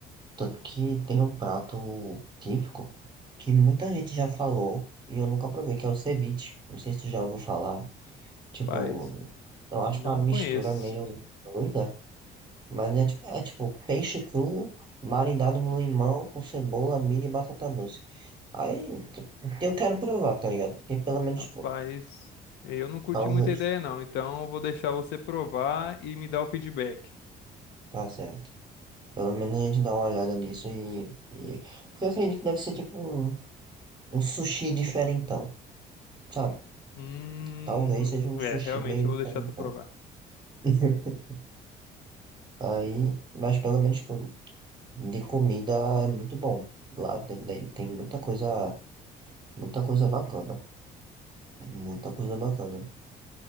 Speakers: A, on the right; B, on the left.
A: Tanto que tem um prato típico que muita gente já falou e eu nunca provei, que é o ceviche. Não sei se tu já ouviu falar. Tipo,
B: Rapaz,
A: eu acho
B: não
A: uma mistura
B: conheço.
A: meio doida, mas é, tipo- é tipo peixe cru marinado no limão com cebola, milho e batata doce. Aí tipo, eu quero provar, tá ligado? Porque pelo menos,
B: Rapaz,
A: tipo,
B: eu não curti
A: talvez.
B: muita ideia, não. Então, eu vou deixar você provar e me dar o feedback.
A: Tá certo. Pelo menos a gente dá uma olhada nisso e, e... Porque eu acredito que deve ser tipo um, um sushi diferentão, sabe?
B: Hum,
A: Talvez seja um sushi
B: é, realmente
A: meio diferentão.
B: eu vou deixar tu provar.
A: <laughs> Aí, mas pelo menos, tipo, de comida é muito bom. Lá tem, tem tem muita coisa, muita coisa bacana. Muita coisa bacana.